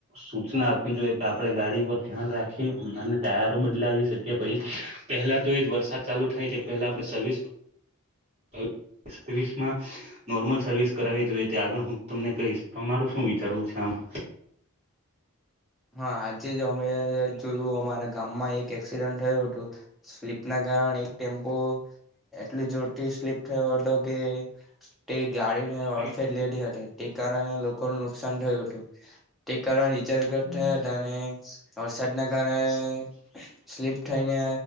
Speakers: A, on the right; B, in the centre.
A: સૂચના આપવી જોઈએ કે આપણે ગાડી પર ધ્યાન રાખી અને તયેરો બદલાવી શકી પહી પહેલા તો એજ વરસાદ ચાલુ થાય છે પહેલા આપ સર્વિસ હ <unintelligible> સર્વિસમાં નોર્મલ સર્વિસ કરાવવી જોઈએ તે આગળ હું તમને કહીશ તમારું શું વિચારવું છે આ <inaudible>
B: હા આજે જ અમે જોયું અમારા ગામમાં એક એડ થયું હતું સ્લીપ ના કારણે એક ટેમ્પો એટલું જો જોરથી સ્લીપ થ કે તે ગાડી ને અર્ફેટ
A: હમ
B: લેતી હતી તે કારણે લોકોનું નુકસાન થયું હતું તે કારણે ઇજગટ
A: હમ
B: થયા હતા અને વરસાડ ના કારણે સ્લીપ થઈને